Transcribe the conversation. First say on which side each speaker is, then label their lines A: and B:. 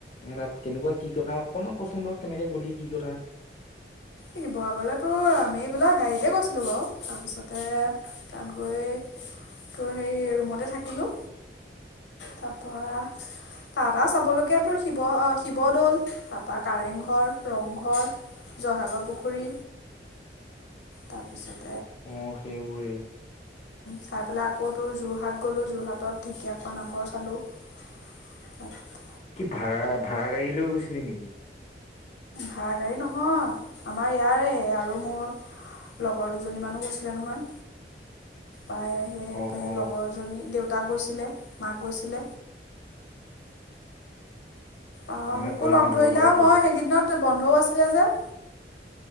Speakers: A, on the left (about 35°); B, on the left (about 85°).
A: এ তাত কেনেকুৱা কি কথাকমান কচোন বাৰু কেনেকে গলি কি কথা
B: শিৱসাগৰলৈ তোৰ আমিবিলাক গাড়ীতে গৈছিলো বাৰু তাৰপিছতে তাত গৈ তোৰ হেই ৰুমতে থাকিলো তাৰপৰা তটা চাবলগীয়া তোৰ শিৱ শিৱদৌল তাৰপা কাৰেংঘৰ ৰংঘৰ জয়সাগৰ পুখুৰী তাৰপিছত
A: অ সেইবোৰেই
B: চাই পেলাই আকৌ তোৰ যোৰহাট গ'লোঁ যোৰহাটত ঢেঁকীয়াখোৱা নামঘৰ চালোঁ তাত
A: কি ভাড়া ভাড়া গাড়ী লৈ গৈছিলি নেকি
B: ভাড়া গাড়ী নহয় আমাৰ ইয়াৰে আৰু মোৰ লগৰ দুজনীমানানো গৈছিলে নহয় পাই সেই
A: অ
B: সেই
A: অ
B: লগৰজনী দেউতাক গৈছে মাক গৈছিল অ
A: মানে
B: মোকো
A: তই
B: লগ
A: সিহঁতৰ
B: ধৰিলো
A: লগত
B: মই
A: গ'লি।
B: সেইদিনত বন্ধ ও আছিল যে।